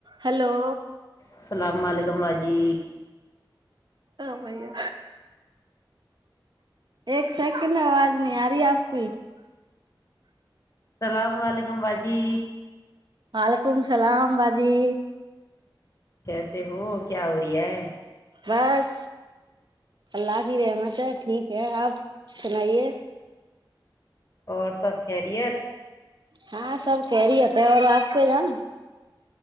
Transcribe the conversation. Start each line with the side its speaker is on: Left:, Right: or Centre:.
Right: hello
Left: السلام علیکم واج جی
Right: ہاں بھیا ایک سیکنڈ آواز نہیں آ رہی آپ کو
Left: اللام علیکم باجی
Right: وعلیکم اللام باجی
Left: کیسے ہو کیا ہو رہی ہے
Right: بس اللہ کی رحمت ہے ٹھیک ہے آپ سنائیے
Left: اور سب کھلے
Right: ہاں سب کہہ رہی ہوتا ہے اور آپ سے جان